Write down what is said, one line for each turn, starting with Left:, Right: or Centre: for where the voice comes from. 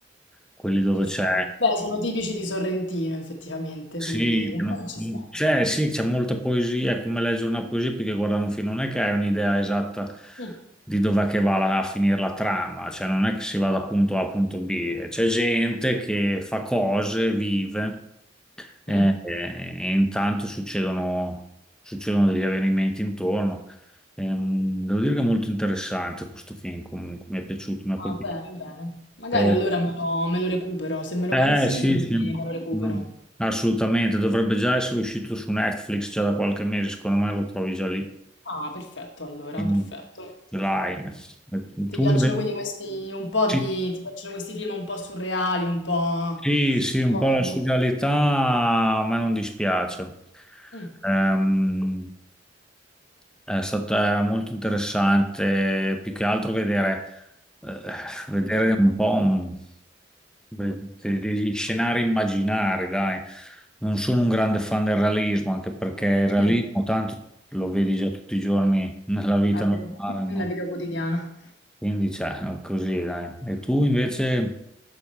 Centre: quelli dove
Left: Ci sta.
Centre: c'è...
Left: Beh, sono tipici di Sorrentino, effettivamente,
Centre: Sì,
Left: quindi <laughs>
Centre: no,
Left: ci sta.
Centre: c'è sì, c'è molta poesia, è come leggere una poesia perché guardare un film non è che hai un'idea esatta
Left: Mm.
Centre: di dov'è che va la- a finire la trama, cioè non è che si va da punto A a punto B, c'è gente che fa cose, vive. Eh,
Left: Mm.
Centre: eh, e intanto succedono, succedono degli avvenimenti intorno. Ehm, devo dire che è molto interessante questo film, comunque mi è piaciuto, mi ha
Left: Ah,
Centre: colpito.
Left: bene, bene. Magari
Centre: Eh,
Left: allora me lo, me lo recupero. Se me lo
Centre: eh,
Left: consigli,
Centre: sì, sì,
Left: me lo recupero.
Centre: no, assolutamente, dovrebbe già essere uscito su Netflix già da qualche mese, secondo me lo trovi già lì,
Left: Ah, perfetto, allora,
Centre: in
Left: perfetto.
Centre: line.
Left: Ti
Centre: Tu
Left: piacciono
Centre: invece-
Left: quindi questi un po'
Centre: sì,
Left: di, ti piacciono questi film un po' surreali, un po', un
Centre: sì, sì, un
Left: po'
Centre: po'
Left: così.
Centre: la serialità a me non dispiace.
Left: Mm,
Centre: Ehm, È stato era molto interessante, più che altro vedere, eh, vedere un po' un- de- de- degli scenari immaginari, dai. Non sono un grande fan del realismo, anche perché il realismo
Left: mm.
Centre: tanto lo vedi già tutti i giorni nella vita
Left: Vabbè,
Centre: normale, no?
Left: la vita quotidiana.
Centre: Quindi, cioè, è così, dai. E tu invece